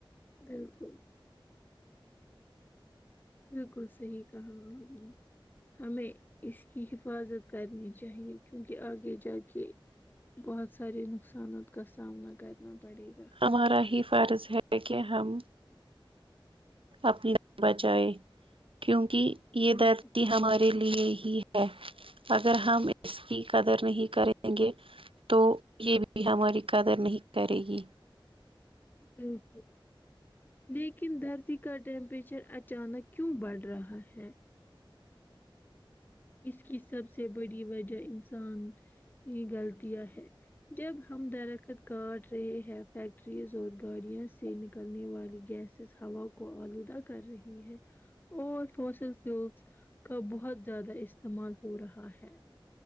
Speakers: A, on the left; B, on the right.
A: بالکل بالکل صحیح کہا آپ نے ہمیں اس کی حفاظت کرنی چاہیے کیونکہ آگے جا کے بہت سارے نقصانات کا سامنا کرنا پڑے گا
B: ہمارا ہی فرض ہے کہ ہم اپنی بچائے کیونکہ یہ
A: بالکل
B: دھرتی ہماری لیے ہی ہے اگر ہم اس کی قدر نہیں کریں گے تو یہ بھی ہماری قدر نہیں کرے گی
A: بالکل لیکن دھرتی کا ٹیمپریچر اچھا اچانک کیوں بڑھ رہا ہے اس کی سب سے بڑی وجہ انسان غلطیاں ہے جب ہم درخت کاٹ رہے ہیں فیکٹریز اور گاڑیوں سے نکلنے والی گیس ہوا کو آلودہ کر رہی ہے اور فوسل فیولس کا بہت زیادہ استعمال ہو رہا ہے